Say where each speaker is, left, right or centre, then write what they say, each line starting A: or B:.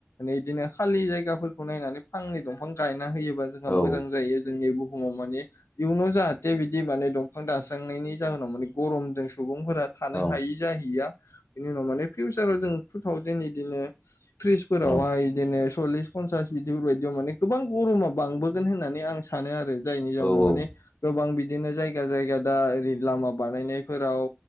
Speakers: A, on the left (about 80°); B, on the left (about 35°).
A: बिदिनो खालि जायगाफोरखौ नायनानै फांनै दंफां गायना होयो। जोंहा
B: औ
A: मोजां जायो जोंनि बुहुमाव माने इयुनाव जाहाथे बिदि माने दंफां दानास्रांनायनि जाहोनाव माने गरमजों सुबुंफोरा थानो
B: औ
A: हायि जाहैया बेनि उनाव माने फिउचाराव जों टु थावजेेन बिदिनो फ्रिजफोरावहाय
B: औ
A: बिदिनो सल्लिस पन्सास बिदिफोरबायदियाव माने गोबां गरमा बांबोगोन होननानै आं सानो आरो जायनि जाउनाव
B: औ औ
A: माने गोबां बिदिनो जायगा जायगा दा ओरै लामा बानायनायफोराव